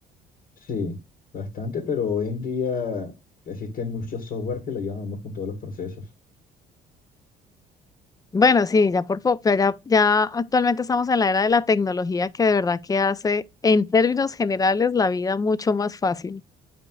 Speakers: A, on the left (about 60°); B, on the left (about 20°).
A: Sí, bastante, pero hoy en día existen muchos software que le ayudan a uno con todos los procesos.
B: Bueno, sí, ya por poco, ya, ya actualmente estamos en la era de la tecnología que de verdad que hace, en términos generales, la vida mucho más fácil.